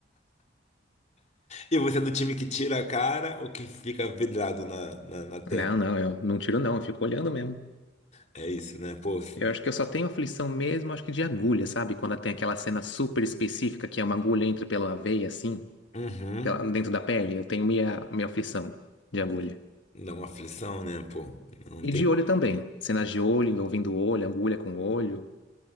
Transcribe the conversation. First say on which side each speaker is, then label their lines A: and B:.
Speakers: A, on the left; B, on the left.
A: e você é do time que tira a cara ou que fica vidrado na, na, na tela?
B: Não, não, eu não tiro não, eu fico olhando mesmo.
A: É isso, né? Pô, cine-
B: Eu acho que eu só tenho aflição mesmo, acho que de agulha, sabe? Quando tem aquela cena super específica que é uma agulha entra pela veia assim,
A: Uhum.
B: pela- dentro da pele, eu tenho minha, minha aflição de agulha.
A: Dá uma aflição, né, pô? Não
B: E
A: tem
B: de
A: como
B: olho também. Cenas de olho, envolvendo olho, agulha com olho,